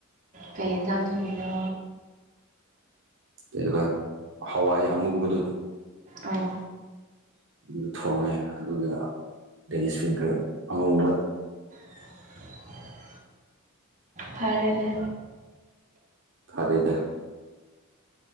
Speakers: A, on the right; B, on the right.
A: ꯐ ꯆꯥꯗ ꯍꯥꯏꯣꯏꯅ
B: ꯀꯩꯕꯥ ꯍꯋꯥꯏ ꯑꯃꯨꯛꯕꯗꯨ
A: ꯑꯣ
B: ꯑꯗꯨꯗ ꯊꯣꯡꯉꯦ ꯑꯗꯨꯗꯨ ꯂꯦꯒꯤꯁ ꯐꯤꯡꯇꯔ ꯑꯉꯧꯕ
A: <unintelligible> ꯐꯔꯦꯅꯦ
B: ꯑꯗꯗ